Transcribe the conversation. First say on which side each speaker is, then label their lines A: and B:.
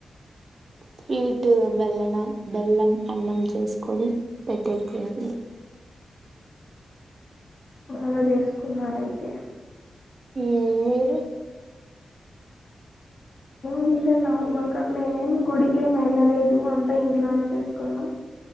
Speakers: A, on the right; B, on the left.
A: స్వీటు బెల్లన బెల్లం అన్నం చేసుకొని పెట్టేసి ఉంటుంది
B: అలా చేసుకున్నారయితే
A: హుమ్ మీరు
B: అంతే నార్మల్ గా మేమేం గుడికేం వెళ్ళలేదు అంతా ఇంట్లోనే చేసుకున్నాం